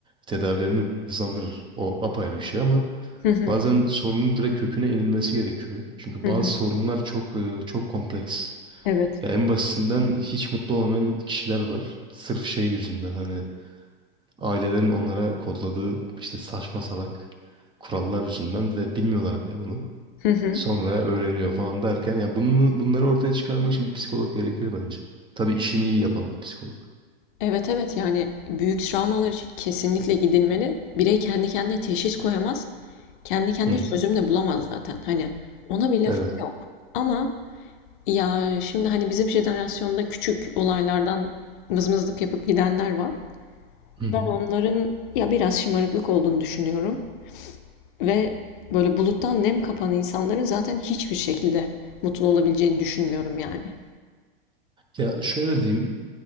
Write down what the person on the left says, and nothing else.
Hı hı.
Hı
hı.
Evet.
<laughs>
Evet evet yani büyük travmalar için kesinlikle gidilmeli. Birey kendi kendine teşhis koyamaz. Kendi kendine
çözüm de bulamaz zaten. Hani ona bir lafım
yok. Ama ya şimdi hani bizim jenerasyonda küçük olaylardan mızmızlık yapıp gidenler var.
Ben onların ya biraz şımarıklık olduğunu düşünüyorum. Ve böyle buluttan nem kapan insanların zaten hiçbir şekilde mutlu olabileceğini düşünmüyorum yani.